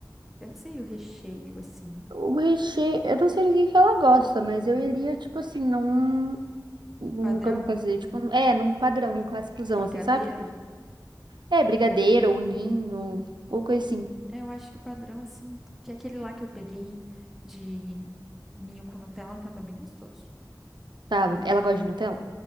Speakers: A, in the centre; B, on the right (about 85°).
A: Eu não sei o recheio, assim.
B: O recheio, eu não sei do que que ela gosta, mas eu iria, tipo assim, num. num
A: Padrão?
B: como fazer? Tipo, num- é, num padrão, num clássicozão,
A: Brigadeiro?
B: assim, sabe? É, brigadeiro ou ninho, ou coisa assim.
A: É, eu acho que o padrão, assim, que é aquele lá que eu peguei de ninho com Nutella tava bem gostoso.
B: Tá, ela gosta de Nutella?